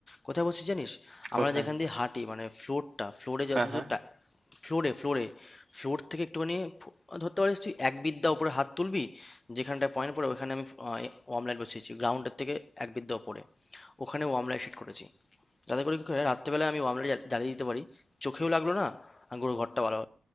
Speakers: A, on the left; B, on the right.
A: কোথায় বসেছি জানিস
B: কোথায়
A: আমরা যেখান দিয়ে হাঁটি মানে ফ্লোরটা ফ্লোরে
B: হ্যাঁ
A: যতদূর
B: হ্যাঁ
A: ফ্লোরে ফ্লোরে ফ্লোর থেকে একটুখানি ফ- ধরতে পারিস তুই এক বিদ্যা উপরে হাত তুলবি যেখানটায় পয়েন্ট পড়ে ওখানে আমি ওয়ার্ম লাইট বসিয়েছি গ্রাউন্ডের থেকে এক বিদ্যা উপরে ওখানে ওয়ার্ম লাইট সেট করেছি যাতে করে কি হয় রাত্রেবেলায় আমি ওয়ার্ম লাইট জ্বালিয়ে দিতে পারি চোখেও লাগলো না আর পুরো ঘরটা ভালো